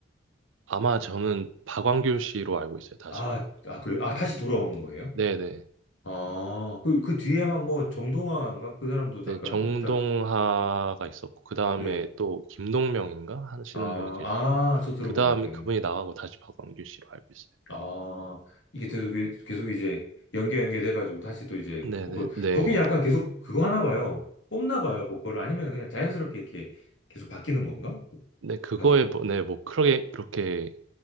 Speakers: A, on the right; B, on the left.
A: 아마 저는 박완규 씨로 알고 있어요, 다시.
B: 아, 아, 그래. 아,
A: 네.
B: 다시 돌아온 거예요?
A: 네네.
B: 아, 그, 그 뒤에 막 뭐 정동화인가? 그 사람도 잠깐
A: 네, 정동하가
B: 했다.
A: 있었고, 그 다음에
B: 네.
A: 또 김동명인가? 하시는
B: 아,
A: 분이 계셨고,
B: 아, 저 들어본
A: 그 다음에
B: 것 같아요.
A: 그분이 나가고 다시 박완규 씨로 알고 있어요.
B: 아, 이게 계속, 계속 이제 연계 연계돼가지고 다시 또 이제
A: 네네,
B: 보컬.
A: 네.
B: 거긴 약간 계속 그거 하나 봐요. 뽑나 봐요, 보컬. 아니면 그냥 자연스럽게 이렇게 계속 바뀌는 건가?
A: 네, 그거에,
B: 가수들이.
A: 뭐, 네, 뭐, 그렇게, 그렇게